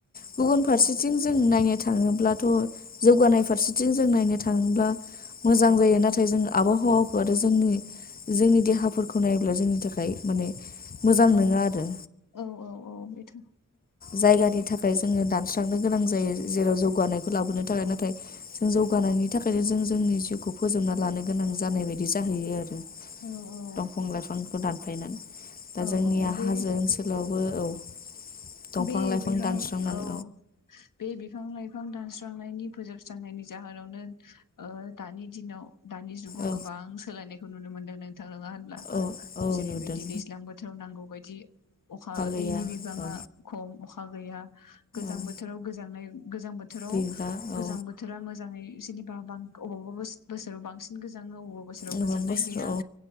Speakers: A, on the left; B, on the left.
A: गुबुन फारसेथिं जों जों नायनो थाङोब्लाथ' जौगानाय फारसेथिं जों नायनो थाङोब्ला मोजां जायो नाथाय जों आबहावाखौ आरो जोंनि जोंनि देहाफोरखौ नायोब्ला जोंनि थाखाय माने मोजां
B: औ-औ-औ-औ
A: नङा आरो
B: बेथ'
A: जायगानि थाखाय जोङो दानस्रांनो गोनां जायो जेराव जौगानायखौ लाबोनो थाखाय नाथाय जों जौगा नायनि थाखायनो जों जोंनि जिउखौ फोजोबना लानो गोनां जानाय बायदि जाहैयो आरो
B: औ औ
A: दंफां लाइफांखौ दानफायनानै दा
B: औ
A: जोंनिया
B: औ बे
A: हाजो ओनसोलावबो औ दंफां
B: बे
A: लाइफां
B: बिफां
A: दानस्रांनानै
B: औ बे बिफां लाइ फां दानस्रांनायनि फोजोबस्रांनायनि जाहोनावनो ओ दानि दिनाव दानि जुगाव
A: औ
B: गोबां सोलायनायखौ नुनो मोनदों नोंथां नङा होनब्ला
A: औ औ
B: जेरैबायदि
A: नुदों
B: दैज्लां बोथोराव नांगौ बदि अखा
A: गैया
B: दैनि बिबाङा
A: औ
B: खम अखा गैया गोजां
A: औ
B: बोथोराव गोजांनाय गोजां बोथोराव
A: बिबा औ
B: गोजां बोथोरा मोजाङै जेनेबा बां अबावबाब बोसोराव बांसिन गोजां अबेबा बोसोराव
A: गोबां
B: गोजांनाय
A: बोसोराव
B: गैया
A: औ